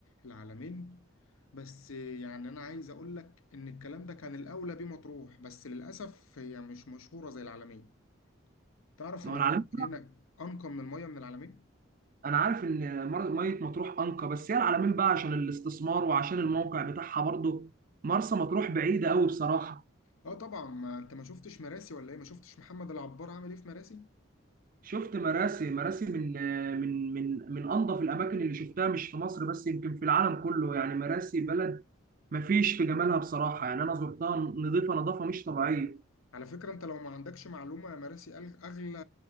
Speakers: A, on the left (about 85°); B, on the right (about 40°).
A: العلمين بس آه، يعني أنا عايز أقول لك إن الكلام ده كان الأولى بيه مطروح بس للأسف هي مش مشهورة زي العلمين تعرف
B: ما
A: إن
B: هو العلمين
A: المية هنا أنقى من المية من العلمين؟
B: انا عارف ان مر- ميه مطروح انقى بس هي العلمين بقى عشان الاستثمار وعشان الموقع بتاعها برضه مرسى مطروح بعيده قوي بصراحه
A: آه طبعا ما أنت ما شفتش مراسي ولا إيه ما شفتش محمد العبار عامل إيه في مراسي؟
B: شفت مراسي مراسي من من من من انظف الاماكن اللي شفتها مش في مصر بس يمكن في العالم كله يعني مراسي بلد ما فيش في جمالها بصراحه يعني انا زرتها نظيفه نظافه مش طبيعيه
A: على فكرة أنت لو ما عندكش معلومة مراسي أغلى